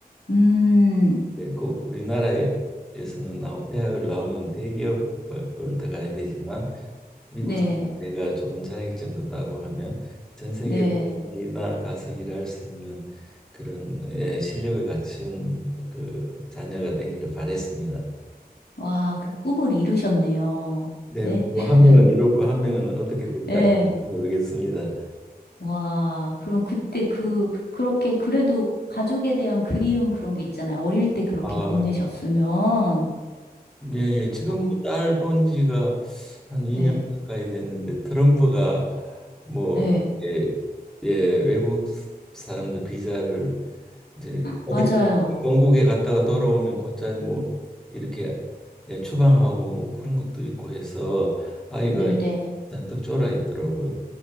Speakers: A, on the left; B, in the centre.
A: 음,
B: 예, 꼭 우리나라에서는 나, 대학을 나오면 대기업을 들어가야 되지만 미국
A: 네,
B: 내가 좋은 자격증도 따고 하면 전 세계
A: 네.
B: 어디나 가서 일할 수 있는 그런 예, 실력을 갖춘 그 자녀가 되기를 바랬습니다.
A: 와, 그 꿈을 이루셨네요.
B: 네,
A: 네,
B: 뭐한
A: <laughs>
B: 명은 이렇고 한 명은 어떻게 될지
A: 네.
B: 아직 모르겠습니다.
A: 와, 그럼 그때 그, 그렇게 그래도 가족에 대한 그리움 그런 게 있잖아요. 어릴 때 그렇게
B: 아,
A: 보내셨으면.
B: 예, 예. 지금도
A: 어,
B: 딸 본 지가 한 2년
A: 네,
B: 가까이 됐는데 트럼프가 뭐
A: 네.
B: 예, 예, 외국 사람들 비자를 이제 어디
A: 맞아요.
B: 영국에 갔다가 돌아오면 곧잘 뭐 이렇게 예, 추방하고 뭐 그런 것도 있고 해서 아이가
A: 네네.
B: 잔뜩 쫄아 있더라고요.